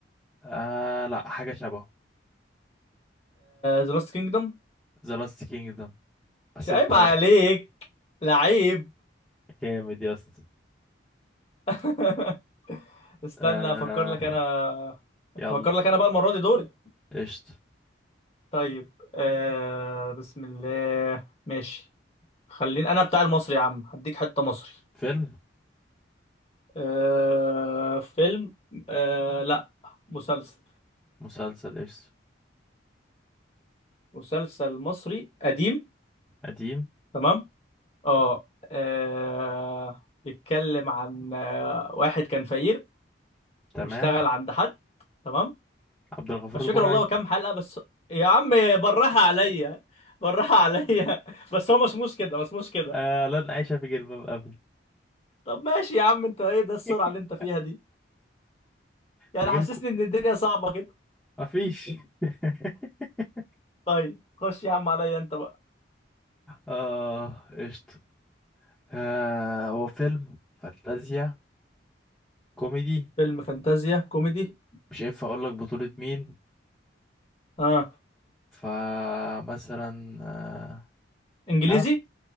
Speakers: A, in the centre; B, on the left.
A: آه لا حاجة شبهه
B: ذا لاست كينجدوم
A: ذا لاست كينجدم بس
B: عيب
A: انت
B: عليك لعيب
A: جامد يا اسطى
B: <laughs> استنى
A: آه
B: افكر لك انا
A: يلا
B: افكر لك انا بقى المره دي دوري
A: قشطة
B: طيب آه بسم الله ماشي خليني انا بتاع المصري يا عم هديك حته مصري
A: فيلم
B: آه فيلم آه لا مسلسل
A: مسلسل قشطة
B: مسلسل مصري قديم
A: قديم
B: تمام اه آه، بيتكلم عن آه واحد كان فقير
A: تمام
B: واشتغل عند حد تمام
A: عبد الغفور
B: مش
A: البرعي
B: فاكر والله هو كام حلقة بس يا عم براها عليا براها عليا <laughs> بس هو مسموش كده مسموش كده
A: آه لن أعيش في جلباب أبي
B: طب ماشي يا عم انت ايه ده السرعة
A: <laughs>
B: اللي انت فيها دي يعني
A: تجيلكوا
B: حسسني ان الدنيا صعبة كده
A: مفيش <laughs>
B: طيب خش يا عم عليا انت بقى
A: اه قشطة آه هو فيلم فانتازيا كوميدي
B: فيلم فانتازيا كوميدي
A: مش هينفع اقول لك بطولة مين
B: اه
A: فمثلا آه
B: انجليزي
A: تعرف